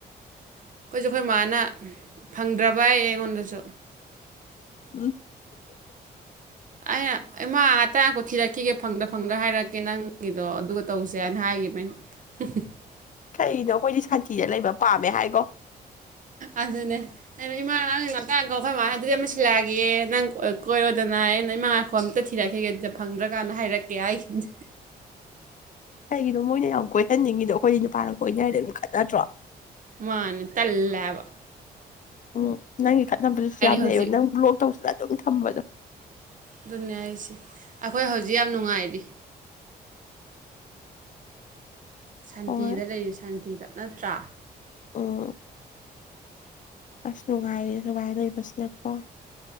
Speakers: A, on the right; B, on the left.
A: ꯑꯩꯈꯣꯏꯁꯨ ꯑꯩꯈꯣꯏ ꯃꯥꯅ ꯐꯪꯗ꯭ꯔꯕ ꯑꯩ ꯑꯩꯉꯣꯟꯗꯁꯨ
B: ꯎꯝ
A: ꯑꯩꯅ ꯏꯃꯥ ꯉꯥꯛꯇꯀꯣ ꯊꯤꯔꯛꯈꯤꯒꯦ ꯐꯪꯗ ꯐꯪꯗ꯭ꯔ ꯍꯥꯏꯔꯛꯀꯦ ꯅꯪꯒꯤꯗꯣ ꯑꯗꯨꯒ ꯇꯧꯁꯦ ꯍꯥꯏꯅ ꯍꯥꯏꯒ <unintelligible>
B: ꯀꯅꯣ ꯑꯩꯈꯣꯏꯗꯤ ꯁꯥꯟꯇꯤꯗ ꯂꯩꯕ ꯄꯥꯝꯃꯦ ꯍꯥꯏꯀꯣ
A: ꯑꯗꯨꯅꯦ ꯑꯩꯅ ꯏꯃꯥ ꯅꯪ ꯉꯥꯛꯇꯥꯡ ꯀꯧꯈꯣꯏ ꯃꯥꯦ ꯑꯗꯨꯗꯤ ꯑꯃ ꯁꯤꯜꯂꯛꯑꯒꯦ ꯅꯪ ꯀꯣꯏꯔꯣꯗꯅ ꯑꯩꯅ ꯅ ꯃꯉꯥꯈꯣ ꯑꯝꯇ ꯊꯤꯔꯛꯈꯤꯒꯦ ꯑꯗꯨꯗ ꯐꯪꯗ꯭ꯔ ꯀꯥꯟꯗ ꯍꯥꯏꯔꯛꯀꯦ ꯍꯥꯏꯈꯤꯅꯗ
B: <inaudible> ꯀꯩꯒꯤꯅꯣ ꯃꯣꯏꯅ ꯌꯥꯝ ꯀꯣꯏꯍꯟꯅꯤꯡꯉꯤꯗꯣ ꯑꯩꯈꯣꯏꯗꯤ ꯅꯨꯄꯥꯅ ꯀꯣꯏꯅꯔꯤꯗ ꯑꯗꯨꯝ ꯈꯠꯅꯗ꯭ꯔꯣ
A: ꯃꯥꯅꯤ ꯇꯜꯂꯦꯕ
B: ꯎꯝ ꯅꯪꯒꯤ ꯈꯠꯅꯕꯗꯨꯁꯨ ꯌꯥꯝ
A: ꯍꯧꯖꯤꯛ
B: ꯅꯦꯛꯕ ꯅꯪ ꯕ꯭ꯂꯣꯛ ꯇꯧꯁꯤꯅ ꯑꯗꯨꯝ ꯊꯝꯕꯗꯣ
A: ꯑꯗꯨꯅꯤ ꯍꯥꯏꯁꯤ ꯑꯩꯈꯣꯏ ꯍꯧꯖꯤꯛ ꯌꯥꯝ ꯅꯨꯡꯉꯥꯏꯔꯤ ꯁꯥꯟꯇꯤꯗ
B: ꯍꯣꯏ
A: ꯂꯩꯔꯤ ꯁꯥꯟꯇꯤꯗ ꯅꯠꯇ꯭ꯔꯥ
B: ꯎꯝ ꯑꯁ ꯅꯨꯡꯉꯥꯏꯌꯦ ꯁꯨꯃꯥꯏꯅ ꯂꯩꯕꯥꯁꯤꯅꯀꯣ